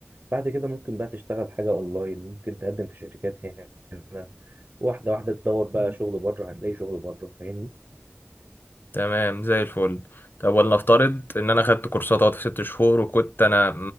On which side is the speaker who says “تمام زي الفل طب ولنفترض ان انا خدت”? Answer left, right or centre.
Left